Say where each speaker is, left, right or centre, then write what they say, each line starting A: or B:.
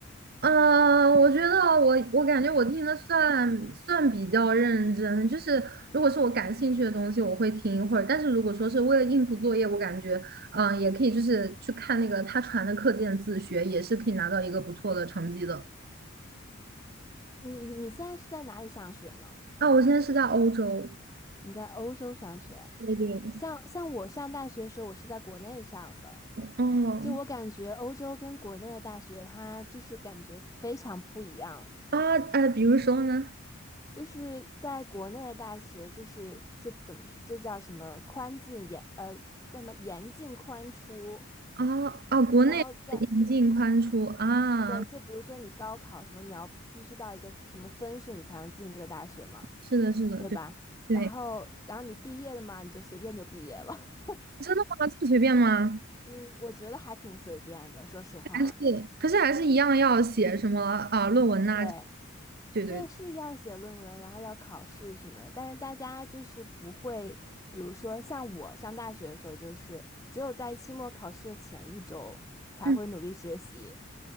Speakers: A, on the right; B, on the left.
A: 嗯，我觉得我我感觉我听的算算比较认真，就是如果是我感兴趣的东西，我会听一会儿。但是如果说是为了应付作业，我感觉嗯、呃也可以就是去看那个他传的课件自学，也是可以拿到一个不错的成绩的。
B: 你你现在是在哪里上学呢？
A: 啊，我现在是在欧洲，
B: 你在欧洲上学，
A: 对对，
B: 像像我上大学的时候，我是在国内上的。
A: 哦
B: 就我感觉，欧洲跟国内的大学，它就是感觉非常不一样。
A: 啊哎，比如说呢，
B: 就是在国内的大学，就是就怎么说就叫什么宽进严呃叫什么严进宽出，
A: 啊啊，国内引进宽出啊，
B: 然后在对，就比如说你高考什么，你要必须到一个什么分数，你才能进这个大学嘛，
A: 是的，是的，
B: 对吧？
A: 对对，
B: 然后然后你毕业了嘛，你就随便就毕业了。
A: 真的吗？这么随便吗？
B: 嗯，我觉得还挺随便的，说实话。
A: 还是可是还是一样要写什么啊、论文呐、
B: 对，
A: 对对，
B: 对，是要写论文，然后要考试什么的，但是大家就是不会，比如说像我上大学的时候，就是只有在期末考试的前一周才会努力学习，
A: 嗯